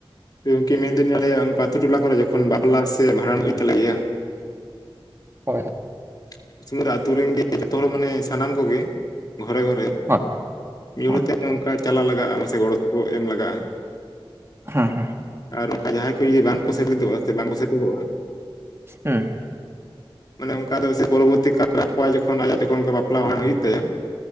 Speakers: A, on the left; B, on the right.
A: ᱜᱚᱝᱠᱤ ᱢᱮᱱᱫᱟᱹᱧ ᱟᱞᱮᱭᱟᱜ ᱚᱱᱠᱟ ᱟᱛᱩ ᱴᱚᱞᱟ ᱠᱚᱨᱮ ᱡᱚᱠᱷᱚᱱ ᱵᱟᱯᱞᱟ ᱥᱮ ᱵᱷᱟᱸᱰᱟᱱ ᱦᱩᱭᱩᱜ ᱛᱟᱞᱮ ᱜᱮᱭᱟ
B: ᱦᱳᱭ᱾
A: <unintelligible> ᱟᱛᱚ ᱨᱮᱱ ᱜᱮ ᱡᱚᱛᱚ ᱦᱚᱲ ᱢᱟᱱᱮ ᱥᱟᱱᱟᱢ ᱠᱚᱜᱮ ᱜᱷᱚᱨᱮ ᱜᱷᱚᱨᱮ
B: ᱦᱳᱭ
A: ᱢᱤᱫ
B: ᱦᱳᱭ
A: ᱦᱚᱲ ᱠᱟᱛᱮ ᱚᱝᱠᱟ ᱪᱟᱞᱟᱜ ᱞᱟᱜᱟᱜᱼᱟ᱾ ᱱᱟᱥᱮ ᱜᱚᱲᱚ ᱥᱚᱯᱚᱦᱚᱫ ᱮᱢ ᱞᱟᱜᱟᱜᱼᱟ᱾
B: ᱦᱮᱸ ᱦᱮᱸ᱾
A: ᱟᱨ ᱚᱱᱠᱟ ᱡᱟᱦᱟᱸᱭ ᱠᱚ ᱡᱩᱫᱤ ᱵᱟᱝᱠᱚ ᱥᱮᱞᱮᱫᱚᱜᱼᱟ ᱥᱮ ᱵᱟᱝᱠᱚ ᱥᱮᱴᱮᱨᱚᱜᱼᱟ
B: ᱦᱩᱸ
A: ᱢᱟᱱᱮ ᱚᱱᱠᱟ ᱫᱚ ᱯᱚᱨᱚᱵᱚᱨᱛᱤ ᱠᱟᱞ ᱨᱮ ᱟᱠᱚᱣᱟᱜ ᱡᱚᱠᱷᱚᱱ ᱟᱭᱟᱜ ᱡᱚᱠᱷᱚᱱ ᱵᱟᱯᱞᱟ ᱦᱩᱭᱩᱜ ᱛᱟᱭᱟ